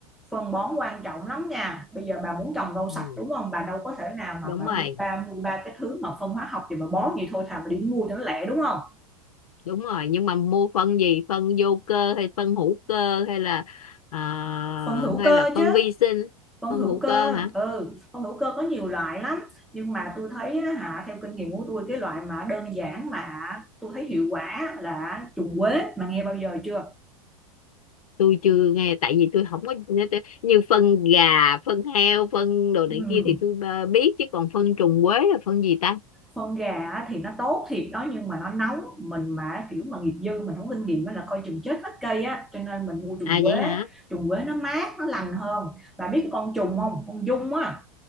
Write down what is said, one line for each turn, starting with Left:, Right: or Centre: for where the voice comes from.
Centre: phân bón quan trọng lắm nha bây giờ bà muốn trồng rau sạch
Left: ừ,
Centre: đúng không bà đâu có thể nào mà
Left: đúng
Centre: bà
Left: rồi
Centre: đi ba mua ba cái thứ mà phân hóa học thì bà bón gì thôi thà bà đi mua cho nó lẹ đúng không
Left: đúng rồi nhưng mà mua phân gì phân vô cơ hay phân hữu cơ hay là à,
Centre: phân hữu
Left: hay
Centre: cơ
Left: là phân
Centre: chứ
Left: vi sinh
Centre: phân
Left: phân
Centre: hữu
Left: hữu
Centre: cơ
Left: cơ hả
Centre: ừ phân hữu cơ có nhiều loại lắm nhưng mà tôi thấy hả theo kinh nghiệm của tôi cái loại mà đơn giản mà tôi thấy hiệu quả là trùng quế mà nghe bao giờ chưa
Left: tôi chưa nghe tại vì tôi không có như phân gà phân heo phân đồ
Centre: ừ,
Left: này kia thì tôi ờ, biết chứ còn phân trùng quế là phân gì ta
Centre: phân gà thì nó tốt thiệt đó nhưng mà nó nóng mình mà kiểu mà nghiệp dư mình không kinh nghiệm á là coi chừng chết hết cây á cho nên mình mua trùng
Left: à
Centre: quế
Left: vậy hả
Centre: trùng quế nó mát nó lành hơn bà biết cái con trùng không con dung á